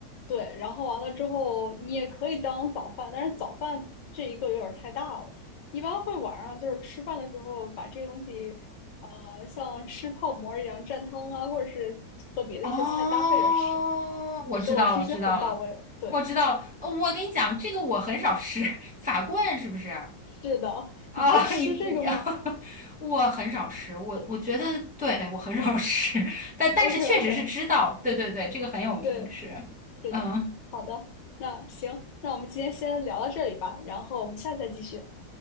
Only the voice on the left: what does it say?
对，然后完了之后，你也可以当早饭，但是早饭这一个有点儿太大了。一般会晚上就是吃饭的时候把这个东西，呃，像吃泡馍儿一样蘸汤啊，或者是和别的一些菜搭配着吃。
我觉得我提示的很到位了。
对，
是的，
你不吃这个吗
？OK OK，
对，
是的，
好的，那行，那我们今天先聊到这里吧，然后我们下次再继续。